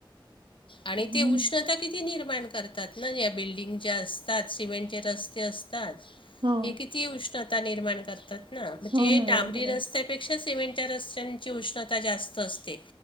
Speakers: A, on the left; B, on the right.
A: आणि
B: हम्म
A: ते उष्णता किती निर्माण कर तात ना, या बिल्डिंग ज्या असतात, सिमेंटचे रस्ते असतात,
B: हो
A: हे किती उष्ण ता निर्मान करतात ना, म्हणजे
B: हो ना बरोबर
A: डांबरी रस्त्या
B: आहे
A: पेक्षा सिमेंटच्या रस्त्यांची उष्णता जास्त असते,